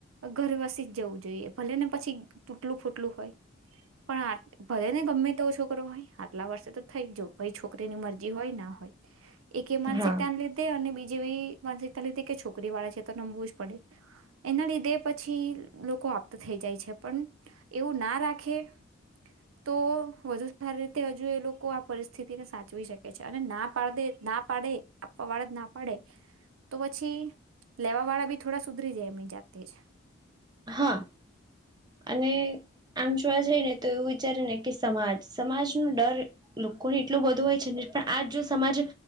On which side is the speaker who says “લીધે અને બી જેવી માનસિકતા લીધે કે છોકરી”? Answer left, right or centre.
Right